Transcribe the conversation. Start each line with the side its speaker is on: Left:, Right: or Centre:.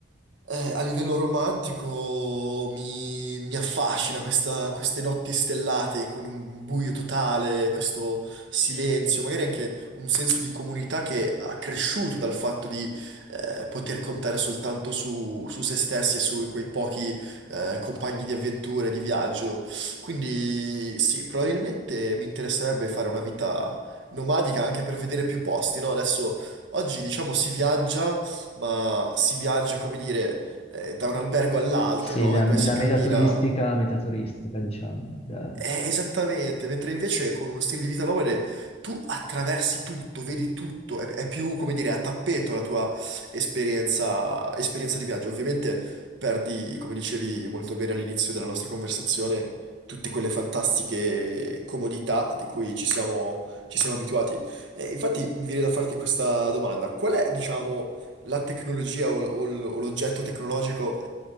Right: Eh, a livello romantico mi, mi affascina questa- queste notti stellate con un buio totale, questo silenzio, magari anche un senso di comunità che ha cresciuto dal fatto di eh, poter contare soltanto su, su se stessi e su quei pochi eh, compagni di avventure, di viaggio. Quindi sì, probabilmente mi interesserebbe fare una vita nomadica anche per vedere più posti, no? Adesso, oggi diciamo si viaggia, ma si viaggia, come dire eh, da un albergo all'altro,
Left: Sì,
Right: no?
Left: da,
Right: E poi
Left: da
Right: si cammina.
Left: meta turistica a meta turistica, diciamo. da-
Right: Eh, esattamente, mentre invece con uno stile di vita nomade tu attraversi tutto, vedi tutto, è, è più, come dire, a tappeto la tua esperienza, esperienza di viaggio. Ovviamente perdi, come dicevi molto bene all'inizio della nostra conversazione, tutte quelle fantastiche comodità di cui ci siamo, ci siamo abituati. Eh, infatti mi viene da farti questa domanda, qual è, diciamo, la tecnologia o o l'oggetto tecnologico?